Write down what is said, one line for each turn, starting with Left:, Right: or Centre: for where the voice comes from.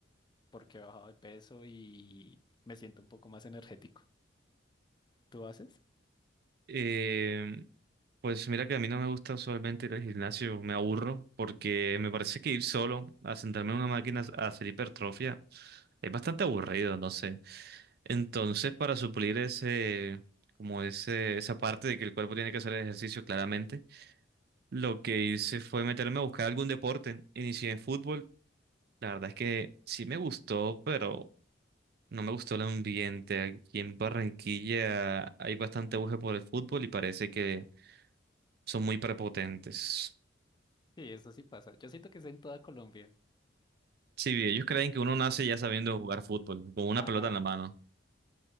Left: porque he bajado de peso y me siento un poco más energético. ¿Tú haces?
Right: Eh, pues mira que a mí no me gusta usualmente ir al gimnasio, me aburro porque me parece que ir solo a sentarme en una máquina a hacer hipertrofia es bastante aburrido, no sé. Entonces, para suplir ese, como ese, esa parte de que el cuerpo tiene que hacer ejercicio claramente, lo que hice fue meterme a buscar algún deporte. Inicié en fútbol. La verdad es que sí me gustó, pero no me gustó el ambiente. Aquí en Barranquilla hay bastante auge por el fútbol y parece que son muy prepotentes.
Left: Sí, eso sí pasa. Yo siento que es en toda Colombia.
Right: Sí, ellos creen
Left: Eh,
Right: que uno nace ya sabiendo jugar fútbol, con una
Left: Ajá,
Right: pelota en la mano.